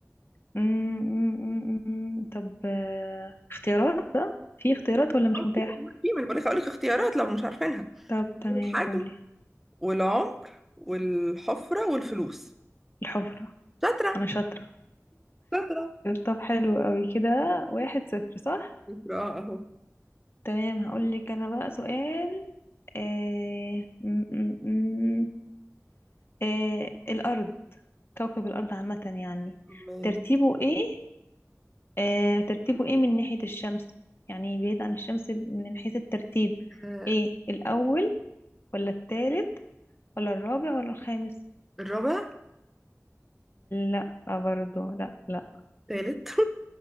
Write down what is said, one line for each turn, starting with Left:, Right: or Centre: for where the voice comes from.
Left: امم أمم، أمم. طب آه، اختيارات بقى في اختيارات ولا مش
Centre: آه،
Left: متاح
Centre: في في من بقولك هقولك اختيارات لو مش عارفينها
Left: طب
Centre: في
Left: تمام
Centre: الحجم
Left: قولي
Centre: والعمر والحفرة والفلوس
Left: الحفره
Centre: شاطرة
Left: انا شاطره
Centre: شاطرة
Left: طب حلو قوي كده واحد صفر صح
Centre: شاطرة اه اهو
Left: تمام هقول لك انا بقى سؤال آه... م -م -م. آه... الارض كوكب الارض عامه يعني
Centre: مال-
Left: ترتيبه ايه آه... ترتيبه ايه من ناحيه الشمس يعني بعيد عن الشمس من حيث الترتيب
Centre: آه،
Left: ايه الاول ولا الثالث ولا الرابع ولا الخامس
Centre: الرابع
Left: لا برضه لا لا
Centre: تالت <laughs>